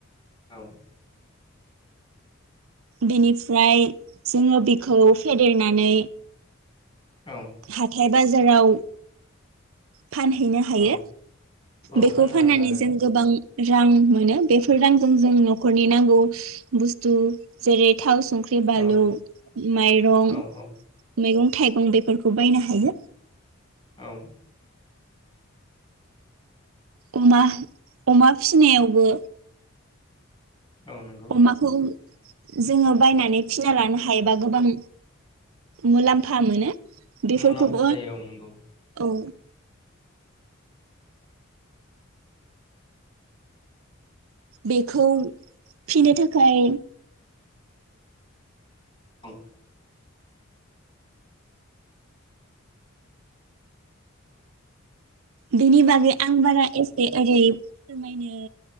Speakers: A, on the left; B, on the right.
A: औ
B: बेनिफ्राय जोङो बेखौ फेदेरनानै
A: औ
B: हाथाय बाजाराव फानहैनो हायो
A: औ औ
B: बेखौ
A: फाननो
B: फाननानै
A: लाङो आरोना
B: जों गोबां रां मोनो बेफोर रांजों जों न'खरनि नांगौ बुस्थु जेरै थाव संख्रि बालौ
A: औ
B: माइरं
A: औ औ
B: मैगं थाइगं बेफोरखौ बायनो हायो
A: औ
B: अमा अमा फिनायावबो
A: औ नंगौ
B: अमाखौ जोंङो बायनानै फिना लानो हायोबा गोबां मुलाम्फा मोनो बेफोरखौबो
A: मुलाम्फा जायो औ नंगौ
B: औ बेखौ फिनो थाखाय
A: औ
B: बिनि बागै आं बारा ए बे ओरै फोरमायनो